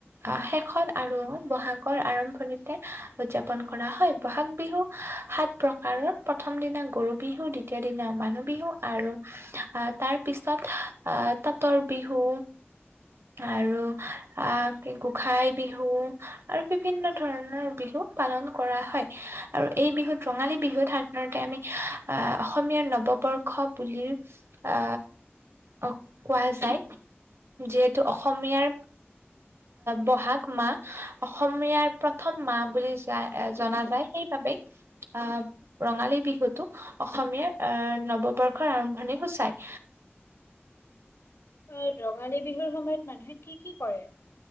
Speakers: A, on the right; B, on the left.
A: আ শেষত আৰু ব'হাগৰ আৰম্ভণিতে উদযাপন কৰা হয়, ব'হাগ বিহু সাঁত প্ৰকাৰৰ প্ৰথম দিনা গৰু বিহু, দ্বিতীয় দিনা মানুহ বিহু, আৰু আ তাৰ পিছত আ তাঁতৰ বিহু আৰু আ কি গোঁসাই বিহু আৰু বিভিন্ন ধৰণৰ বিহু পালন কৰা হয়, আৰু এই বিহুত ৰঙালী বিহুত সাধাৰণতে আমি আ অসমীয়াৰ নৱবৰ্ষ বুলি আ অ' কোৱা যায়, যিহেতু অসমীয়াৰ ব'হাগ মাহ, অসমীয়াৰ প্ৰথম মাহ বুলি যায়-জনা যায়, সেইবাবেই আ ৰঙালী বিহুতটো অসমীয়াৰ আ নৱবৰ্ষৰ আৰম্ভণি সূচায়।
B: অ' ৰঙালী বিহুৰ সময়ত মানুহে কি কি কৰে?